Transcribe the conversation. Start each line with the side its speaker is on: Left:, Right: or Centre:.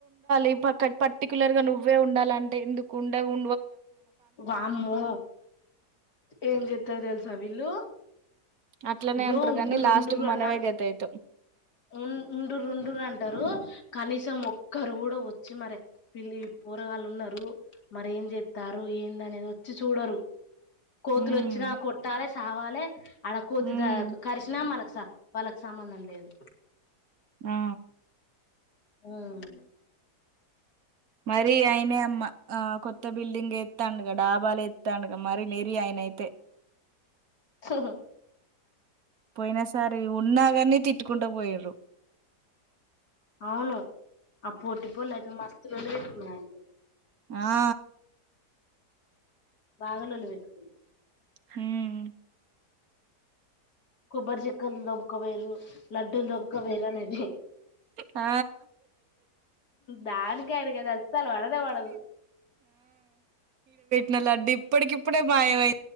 Right: ఈ పక్క పర్టికులర్ గా నువ్వే ఉండాలంటే ఎందుకు ఉండ ఉ
Left: వామ్మో ఏం చెప్తారు తెలుసా వీళ్ళు
Right: అట్లనే
Left: ఈగో
Right: అంటారు
Left: ఉండుండురు
Right: కానీ లాస్ట్ కు మనమే
Left: అన్నా
Right: గతి అయితాం
Left: ఉ ఉండు రండు అంటారు కనీసం ఒక్కరు కూడా వచ్చి మరి పిల్లి పూరగాళ్ళు ఉన్నారు మర ఏం చెస్తారు ఏంద అనేది వచ్చి చూడరు కోతులు
Right: హ్మ్
Left: వచ్చినా కొట్టాలే కావాలి అడ కోతుద
Right: ఉమ్
Left: కరిసిన మనక్స <unintelligible> సంబంధం లేదు
Right: ఆ
Left: అవును
Right: నై మీ ఆయనే అమ్మ ఆ కొ కొత్త బిల్డింగ్ ఎత్తాండుగా డాబాలు ఎత్తాండుగా మరి నెరి ఆయన అయితే
Left: సహ
Right: పోయిన సారి ఉన్నా గాని తిట్టుకుంటా పోయిండ్రు
Left: అవును అప్పుటిపోలేక మస్త్ రెండు పెట్టుకున్నవేంటి
Right: ఆ
Left: బాగాలొల్లి పెట్టుకుంది
Right: హ్మ్
Left: కొబ్బరి చె క్కల లో ఒక వేరు లడ్డూలు దొకవేరు అనేది
Right: ఆ
Left: దానికి ఆయనకి అది అస్సలు పడదే పడదు.
Right: నా లడ్డు ఇప్పటికిప్పుడే మాయమై